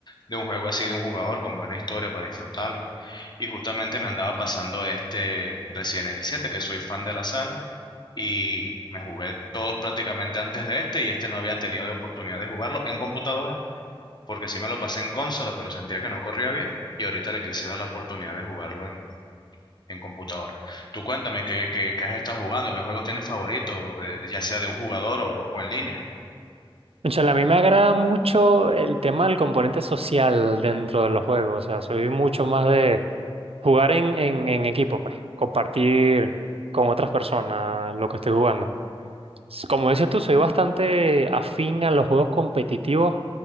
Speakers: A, on the left (about 50°); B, on the right (about 80°).
A: de un juego así de un jugador con buena historia para disfrutarlo. Y justamente me andaba pasando este Resident Evil 7, que soy fan de la saga, y me jugué todos prácticamente antes de este, y este no había tenido de oportunidad de jugarlo en computadora, porque sí me lo pasé en consola, pero sentía que no corría bien, y ahorita le quise dar la oportunidad de jugarlo en, en computadora. Tú cuéntame qué, qué, qué has estado jugando, qué juegos tienes favoritos, de- de- ya sea de un jugador o, o en línea.
B: O sea, a mí me agrada mucho el tema del componente social dentro de los juegos. O sea, soy mucho más de jugar en, en, en equipo, pues, compartir con otras personas lo que estoy jugando. S- Como dices tú, soy bastante afín a los juegos competitivos.